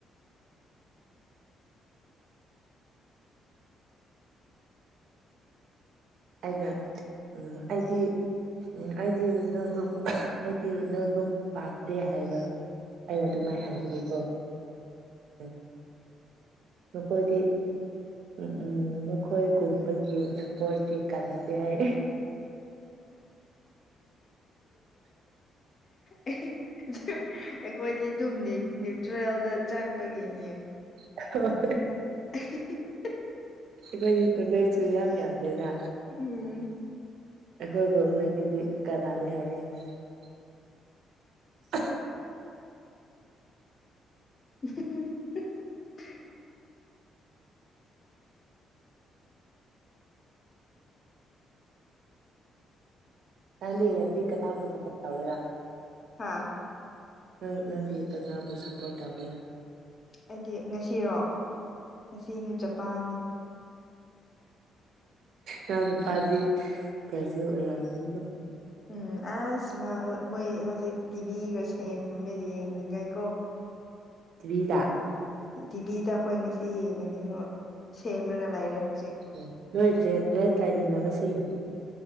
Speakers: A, on the right; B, on the left.
A: ꯑꯩꯅ ꯎ ꯑꯩꯗꯤ ꯎꯝ ꯑꯩꯗꯤꯅ ꯑꯗꯨꯝ ꯑꯩꯗꯤ ꯑꯣꯏꯅꯅ ꯑꯗꯨꯝ ꯄꯥꯝꯗꯦ ꯍꯥꯏꯕ ꯑꯩꯅ ꯑꯗꯨꯃꯥꯏꯅ
B: ꯎꯝ
A: ꯍꯥꯏꯕꯤꯒꯦꯀꯣ ꯎꯝ ꯅꯈꯣꯏꯗꯤ ꯎꯝ ꯎꯝ ꯅꯈꯣꯏꯒꯨꯝꯕꯒꯤ ꯁꯞꯄꯣꯔꯠꯇꯤ ꯀꯥꯟꯅꯗꯦ ꯍꯥꯏ
B: <inaudible> ꯑꯩꯈꯣꯏꯗꯤ ꯑꯗꯨꯝ ꯅ꯭ꯌꯇ꯭ꯔꯦꯜꯗ ꯆꯠ ꯄꯒꯤꯅꯦ
A: ꯍ
B: <inaudible>
A: ꯀꯅꯤ ꯇ ꯂꯩꯁꯨꯨꯏ ꯌꯥꯕꯤ ꯌꯥꯗꯅ
B: ꯎꯝ
A: ꯑꯩꯈꯣꯏꯒꯃꯦ ꯀꯗꯤ ꯀꯗ ꯍꯥꯏꯒ
B: <inaudible>
A: ꯅꯪꯗꯤ ꯉꯁꯤ ꯀꯊꯕꯨ ꯁꯄꯣꯔꯠ ꯇꯧꯒꯦꯔꯥ
B: ꯍꯥꯥ
A: ꯅꯪ ꯅꯪꯗꯤꯇꯅꯥꯕꯨ ꯁꯄꯣꯔꯠ ꯇꯒꯦꯔꯥ
B: ꯑꯩꯗꯤ ꯉꯁꯤꯔꯣ ꯉꯁꯤꯅꯤ ꯖꯄꯥꯟꯅꯤ
A: ꯅꯎ ꯅꯄꯖꯤ ꯄꯖ ꯑꯩ ꯌꯥꯅꯤꯀꯣ
B: ꯎꯝ ꯑꯁ ꯃꯣꯏ ꯍꯧꯖꯤꯛ ꯇꯤꯚꯤꯒ ꯁꯦꯝꯃꯦ ꯌꯦꯡꯅꯤꯡꯉꯥꯏꯀꯣ
A: ꯇꯋꯗ
B: ꯇꯤꯚꯤꯗ ꯑꯩꯈꯣꯏ ꯉꯁꯤ ꯌꯦꯡꯉꯅꯤ ꯍꯣꯏ ꯁꯦꯝꯔꯒ ꯂꯩꯔꯦ ꯍꯧꯣꯏ
A: ꯎ ꯅꯣꯏꯦ ꯔꯦꯟ ꯂꯩꯃꯤꯟꯅꯕꯁꯤꯡ